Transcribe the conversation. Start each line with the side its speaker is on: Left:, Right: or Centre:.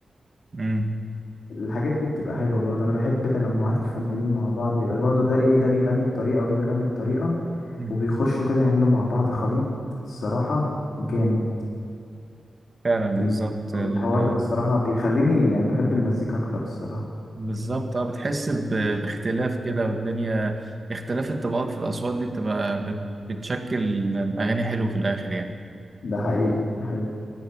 Right: مم.
Left: الحاجات دي بتبقى حلوة برضه أنا بحب تجمعات الفنانين مع بعض بيبقى برضه ده إيه ده بيغني بطريقة وده بيغني بطريقة
Right: مم.
Left: وبيخشوا كده يعملوا مع بعض خليط الصراحة جامد
Right: فعلا
Left: ال-
Right: بالظبط ال...
Left: الحوار ده الصراحة بيخليني يعني بحب المزيكا أكتر الصراحة
Right: بالظبط اه بتحس ب... باختلاف كده والدنيا اختلاف الطبقات في الأصوات دي بتبقى بت... بتشكل الأغاني حلو في الآخر يعني
Left: ده حقيقي ده حقيقي